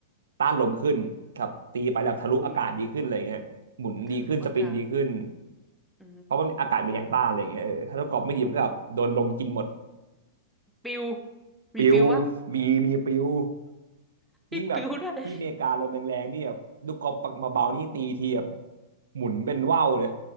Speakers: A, on the right; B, in the centre.
A: ต้านลมขึ้นครับตีไปแบบทะลุอากาศดีขึ้นอะไรเงี้ยหมุนดีขึ้นสปินดีขึ้น
B: อุ้ยทะลุอากาศอื
A: เพราะมันอากาศมันยังต้านอะไรเงี้ยเออถ้าลูกกอล์ฟไม่ดีมันก็แบบโดนลมกินหมด
B: มอืมปิวมีปิวปะ
A: ปิวมีมีปิว
B: มีปิวได้วย
A: ยิ่งแบบที่อเมริกาลมแรงๆนี่แบบลูกกอล์ฟปักมาเบาๆนี่ตีทีแบบหมุนเป็นว่าวเลย